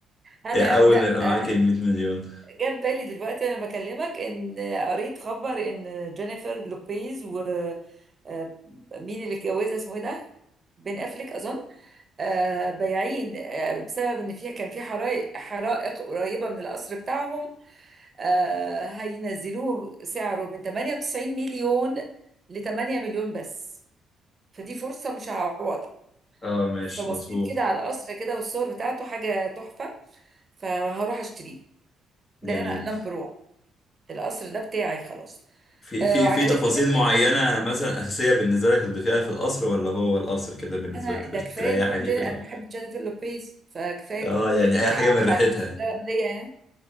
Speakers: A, on the right; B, on the left.
A: انا
B: إيه اول
A: هبدا
B: ما يبقى
A: آه،
B: معاك 100 مليون
A: جاب بالي دلوقتي وانا بكلمك ان قريت خبر ان جينيفر لوبيز و آه، مين اللي اتجوزها اسمه ايه ده بين افليك اظن آه، بايعين آه، بسبب ان فيها كان في حرائق حرائق قريبه من القصر بتاعهم آه، هينزلوه سعره من 98 مليون ل 8 مليون بس فدي فرصه مش هعوضها
B: اه ماشي
A: فبصيت
B: مظبوط
A: كده على القصر كده والصور بتاعته حاجه تحفه فهروح اشتريه ده
B: جميل
A: انا نمبر القصر ده بتاعي خلاص
B: في
A: آه
B: في
A: وعجبتني
B: في تفاصيل
A: فكره
B: معينة
A: ان
B: مثلا أساسية بالنسبة لك هتضيفيها في القصر ولا هو القصر كده بالنسبة
A: انا
B: لك
A: ده كفايه
B: تريحي
A: يكون
B: فيه
A: جن...
B: كده
A: انا بحب جينيفر لوبيز فكفايه
B: اه
A: يكون
B: يعني أي
A: هي
B: حاجة
A: قعدت
B: من ريحتها
A: على الكرسي
B: يعني.
A: ده قبلية يعني